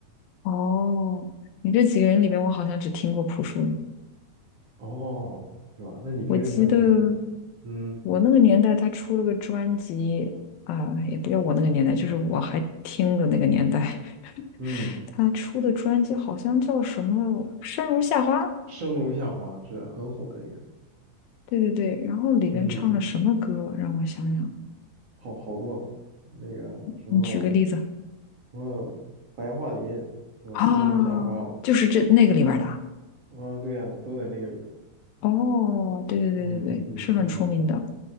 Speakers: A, on the left; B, on the right.
A: 哦，你这几个人里边，我好像只听过朴树的。
B: 哦，是吧？那你平时喜欢听什么呢？
A: 我记得
B: 嗯
A: 我那个年代，他出了个专辑啊，也不叫我那个年代，就是我还听的那个年代，
B: 嗯，
A: 他出的专辑好像叫什么《生如夏花》，
B: 生如夏花是很火的一个，
A: 对对对，然后里面唱了什么歌？
B: 嗯，
A: 让我想想，
B: 好好多那个什么
A: 你举个例子
B: 什么白桦林是吧？
A: 啊，
B: 生如夏花，
A: 就是这那个里边儿的啊
B: 啊，对呀、都在那个里面。
A: 哦，对对对对对，
B: 嗯嗯嗯
A: 是很出名的